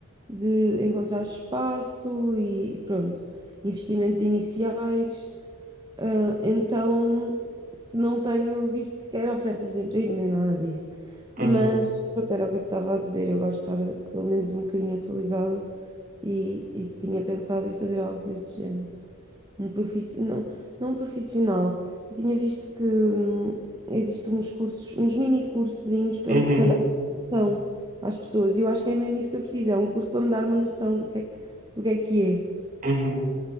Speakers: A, on the right; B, on the right.
A: de encontrar espaço e pronto, investimentos iniciais. Ah, então não tenho visto sequer ofertas de emprego nem nada disso. Mas
B: Uhum.
A: pronto, era o que eu te estava a dizer. Eu gosto de estar pelo menos um bocadinho atualizada e, e que tinha pensado em fazer algo desse género. Um profissi não, não um profissional. Eu tinha visto que hum, existem uns cursos, uns mini cursozinhos pelo-
B: Uhum.
A: para dar uma noção às pessoas. E eu acho que é mesmo isso que eu preciso. É um curso para me dar uma noção do que é que, do que é que é.
B: Uhum.